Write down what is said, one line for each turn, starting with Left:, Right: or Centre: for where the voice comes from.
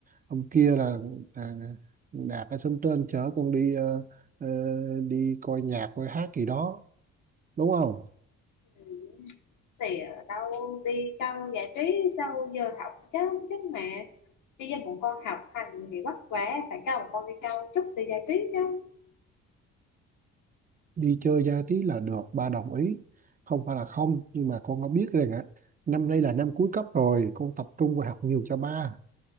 Right: hôm kia là à, Đạt ở Sông Trên chở con đi ờ, ờ, đi coi nhạc coi hát gì đó đúng không?
Left: ừ, thì ở đâu đi câu giải trí sau giờ học chứ chứ mà đi với bọn con học hành thì vất vả phải câu bọn con đi câu chút thì giải trí chứ
Right: Đi chơi giải trí là được ba đồng ý không phải là không nhưng mà con đã biết rằng á năm nay là năm cuối cấp rồi con tập trung vào học nhiều cho ba